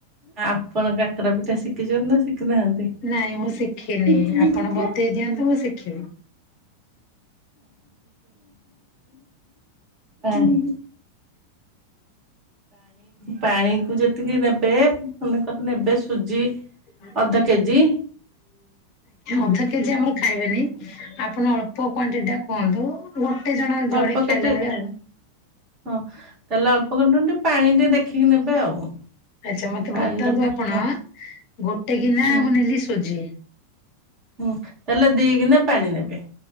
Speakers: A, on the right; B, on the left.
A: ଆପଣ କାକରା ପିଠା ଶିଖିଛନ୍ତି ନା ଶିଖ ଶିଖି ନାହାନ୍ତି
B: ନାଇଁ ମୁଁ ଶିଖିନି
A: ଇଟଲି
B: ଆପଣ
A: ପିଠା
B: ବତେଇ ଦିଅନ୍ତୁ ମୁଁ ଶିଖିବି।
A: ଣ ପାଣିକୁ ଯେତିକି ନେବେ ମନେକର ନେବେ ସୁଜି
B: ଆଞା
A: ଅଧ କେଜି
B: ଅଧ କେଜି ଆମର ଖାଇବେନି ଆପଣ ଅଳ୍ପ କ୍ଵାଣ୍ଟିଟି ଟା କୁହନ୍ତୁ ଗୋଟେ ଜଣ
A: ଅଳ୍ପ
B: ଜଣି ଖାଇଲା
A: କେତେ
B: ଭେଳିଆ
A: ହଁ ତାହେଲେ ଅଳ୍ପ ଖଣ୍ଡ ଟିକେ ପାଣି ଟିକେ ଦେଖିକି ନେବେ ଆଉ
B: ଆଚ୍ଛା ମତେ
A: ପାଣି
B: ବତାନ୍ତୁ
A: ଟେ
B: ଆପଣ
A: ହଁ
B: ଗୋଟେ କିନା
A: ହୁଁ
B: ମୁଁ ନେଲି ସୁୋଜି
A: ହୁଁ ତାହେଲେ ଦିଗୁନା ପାଣି ନେବେ